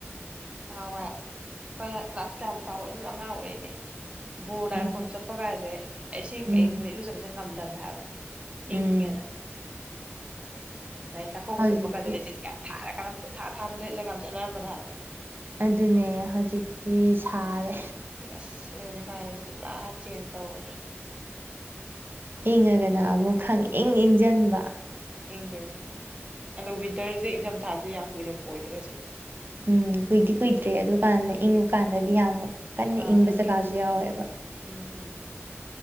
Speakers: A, on the right; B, on the right.
A: ꯅꯥꯍꯥꯋꯥꯏ ꯈꯔ ꯀ꯭ꯂꯥꯁ ꯀꯌꯥꯃꯨꯛ ꯀꯥꯎꯕ ꯑꯗꯨꯝ ꯑꯉꯥꯡ ꯑꯣꯏꯔꯤꯅꯦ ꯕꯣꯔꯂꯥꯏꯔ
B: ꯎꯝ
A: ꯀ꯭ꯔꯣꯝ ꯆꯠꯄ ꯀꯥꯏꯁꯦ ꯏꯁꯤꯡ
B: ꯎꯝ
A: ꯑꯌꯤꯡꯕꯅ ꯑꯩꯔꯨ ꯆꯠꯄꯁꯦ ꯉꯝꯗꯕꯅꯦ ꯍꯥꯏꯕ ꯏꯪꯉꯦꯅ
B: ꯎꯝ
A: ꯗꯩ ꯆꯥꯛꯀꯧꯕ
B: ꯍꯧꯖꯤꯛꯇꯤ
A: ꯆꯠꯄ ꯀꯥꯟꯗ ꯂꯩꯆꯤꯟꯀꯥ ꯌꯥꯝ ꯊꯔꯥꯟ ꯀꯅꯥꯟ ꯄꯨꯡꯊꯥ ꯊꯥꯕ ꯂꯩꯠꯂꯒ ꯌꯥꯝ ꯆꯠꯅꯔꯝꯕꯅꯦ ꯍꯥꯏꯕ
B: ꯑꯗꯨꯅꯦ ꯍꯧꯖꯤꯛꯇꯤ ꯁꯥꯔꯦ
A: ꯌꯦꯁ <unintelligible> ꯄꯨꯔꯥ ꯆꯦꯟꯖ ꯇꯧꯈ꯭ꯔꯦ
B: ꯏꯪꯉꯒꯅ ꯑꯃꯨꯛ ꯈꯪ ꯏꯪ ꯏꯪꯖꯪꯕ
A: ꯌꯦꯡꯗꯦ ꯑꯗꯣ ꯋꯤꯟꯇꯔꯁꯦ ꯏꯪꯊꯝꯊꯥꯁꯦ ꯌꯥꯝ ꯀꯨꯏꯅꯕ ꯑꯣꯏꯗ꯭ꯔꯦ ꯍꯧꯖꯤꯛꯇꯤ
B: ꯎꯝ ꯀꯨꯏꯗꯤ ꯀꯨꯏꯗ꯭ꯔꯦ ꯑꯗꯨ ꯀꯥꯟꯗ
A: ꯀꯨꯏꯗ꯭ꯔꯦ
B: ꯏꯪꯕ ꯀꯥꯟꯗꯗꯤ ꯌꯥꯝ ꯀꯟꯅ
A: ꯑꯥ
B: ꯏꯪꯕ
A: ꯌꯥꯝ
B: ꯖꯒꯥꯁꯨ
A: ꯏꯪ
B: ꯌꯥꯎꯋꯦꯕ
A: ꯎꯝ ꯎꯝ ꯎꯝ